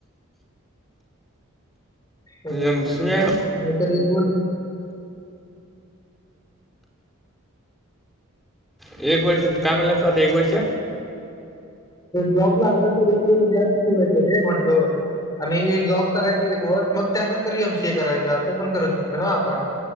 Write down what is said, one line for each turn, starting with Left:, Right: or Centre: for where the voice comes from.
Left: नाहीतर
Centre: एम सी ए
Left: एक वर्ष
Centre: एक वर्ष काय म्हणालास तू आता एक वर्ष
Left: जॉब लागल तरी ते गॅप ठेवायचं रे म्हंटलो आणि जॉब करायच एक वर्ष मग त्यानंतर एमसीए करायच असं पण करू शकतो ना आपण